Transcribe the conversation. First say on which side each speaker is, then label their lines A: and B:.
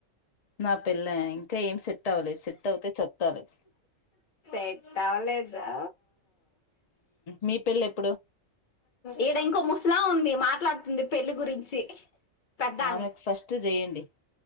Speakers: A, on the left (about 70°); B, on the left (about 45°).
A: నా పెళ్ల ఇంకా ఏం సెట్ ట్ అవలేద్ సెట్ అవుతే చెప్తాలే
B: సెట్ అవలేదా
A: మీ పెళ్ళెప
B: ఏడ ఇంకో ముస్ లా ఉంది మాట్లాడుతుంది పెళ్లి గురించి పెద్దామె
A: ఆమెకు ఫస్ట్ చేయండి